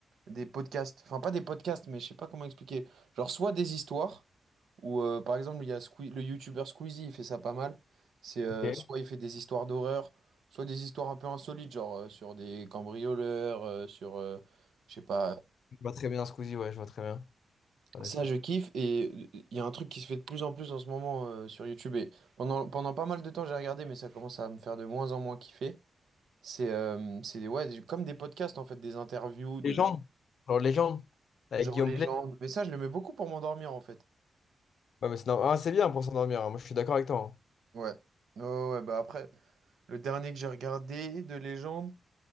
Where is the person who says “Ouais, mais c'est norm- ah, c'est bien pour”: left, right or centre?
Left